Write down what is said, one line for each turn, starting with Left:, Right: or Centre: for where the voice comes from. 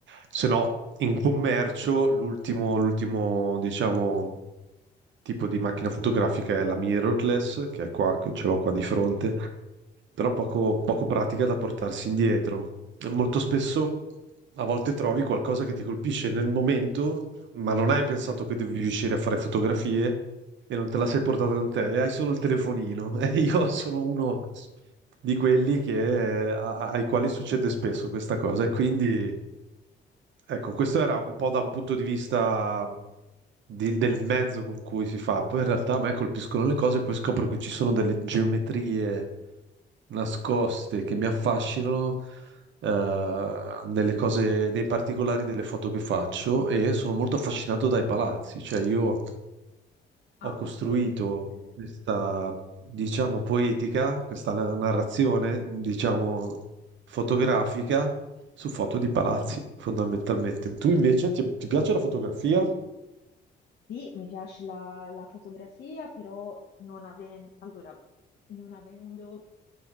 Right: se no in commercio l'ultimo, l'ultimo, diciamo, tipo di macchina fotografica è la mirrorless, che è qua, che ce l'ho qua di fronte, però poco, poco pratica da portarsi indietro. E Molto spesso a volte trovi qualcosa che ti colpisce nel momento, ma non hai pensato che devi riuscire a fare fotografie e non te la sei portata con te, e hai solo il telefonino. <laughs> E io sono uno di quelli che, a- ai quali succede spesso questa cosa, e quindi. Ecco, questo era un po' da un punto di vista di- del mezzo con cui si fa. Poi in realtà a me colpiscono le cose, e poi scopro che ci sono delle geometrie nascoste che mi affascinano eh, nelle cose, nei particolari delle foto che faccio e sono molto affascinato dai palazzi. Cioè io
Left: Ah,
Right: ho costruito
Left: ok. Ok.
Right: questa, diciamo, poetica, questa na- narrazione, diciamo, fotografica su foto di palazzi, fondamentalmente. Tu invece ti, ti piace la fotografia?
Left: Sì, mi piace la, la fotografia, però non aven- allora, non avendo